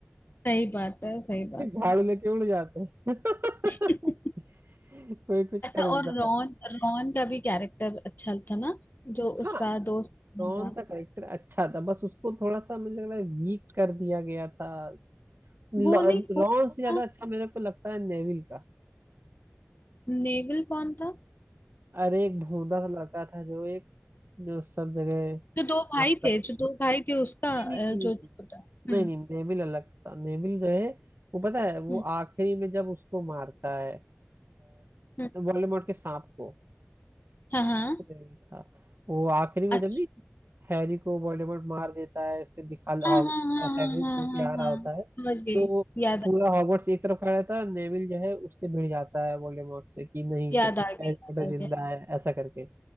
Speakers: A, on the left; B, on the right.
A: सही बात है सही
B: फिर
A: बात
B: झाड़ू
A: है
B: लेके उड़ जाते हैं <laughs>
A: अच्छा
B: कोई कुछ कर
A: और
B: भी जाता
A: रॉन
B: है।
A: रॉन का भी कैरेक्टर अच्छा था ना जो
B: हाँ
A: उसका दोस्त बना
B: रॉन
A: था
B: का कैरेक्टर अच्छा था बस उसको थोड़ा सा मुझे लग रहा है वीक कर दिया गया था ल-
A: वो नहीं वो
B: रॉन
A: था
B: से ज्यादा अच्छा मेरे को लगता है नेविल का
A: नेविल कौन था
B: अरे एक भोंदा सा लड़का था जो एक जो सब जगह खराब
A: जो दो भाई थे
B: कर
A: जो दो भाई थे उसका
B: नहीं
A: अ,
B: नहीं
A: जो
B: नहीं नहीं
A: छोटा हम्म
B: नहीं, नहीं, नहीं, नेविल अलग था नेविल जो है वो पता है वो
A: हम्म
B: आखिरी में जब उसको मारता है
A: हम्म,
B: वोल्डेमॉर्ट के सांप को
A: हाँ हाँ
B: नेविल था वो आखिरी में
A: अच्छा
B: जब नहीं हैरी को वोल्डेमॉर्ट मार देता है उसके दिखा
A: हाँ
B: हॉग-
A: हाँ हाँ हाँ
B: हैग्रिड
A: हाँ
B: लेके
A: हाँ हाँ
B: आ रहा
A: हाँ,
B: होता है
A: समझ गई
B: तो
A: याद
B: पूरा
A: आ-
B: हॉगवर्ट्स एक तरफ खड़ा रहता है नेविल जो है उससे भिड़ जाता है वोल्डेमॉर्ट से कि नहीं
A: याद आ गया
B: हैरी
A: याद
B: पॉटर जिंदा
A: आ गया
B: है ऐसा करके